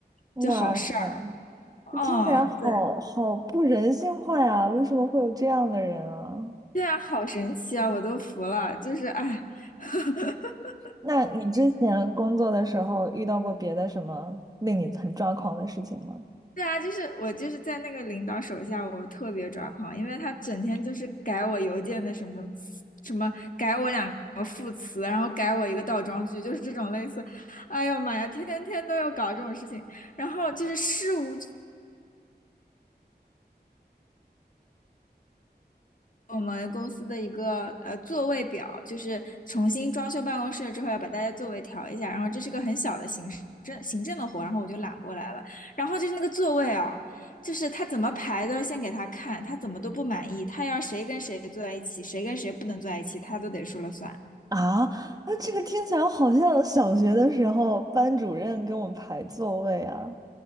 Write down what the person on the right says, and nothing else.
哇塞，
<laughs> 这听起来好好不人性化呀！
为什么会有这样的人啊？
那你之前工作的时候遇到过别的什么令你很抓狂的事情吗？
啊，那这个听起来好像小学的时候班主任给我们排座位啊！